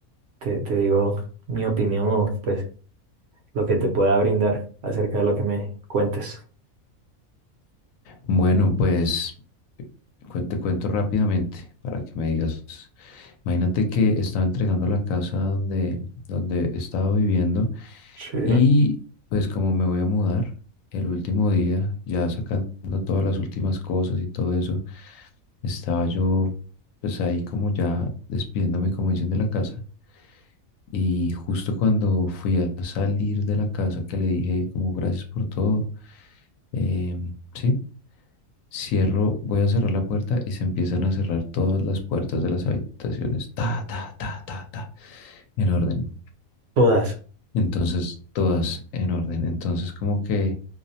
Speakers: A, on the right; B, on the left.
A: te, te digo mi opinión o pues lo que te pueda brindar acerca de lo que me cuentes.
B: Bueno, pues cuen- te cuento rápidamente para que me digas. Imagínate que estaba entregando la casa donde, donde estaba viviendo
A: Sí.
B: y pues como me voy a mudar el último día, ya sacando todas las últimas cosas y todo eso, estaba yo pues ahí como ya despidiéndome, como dicen, de la casa. Y justo cuando fui a salir de la casa que le dije como gracias por todo, em, sí. Cierro, voy a cerrar la puerta y se empiezan a cerrar todas las puertas de las habitaciones. Ta, ta, ta, ta, ta, en orden.
A: Todas.
B: Entonces, todas en orden. Entonces, como que,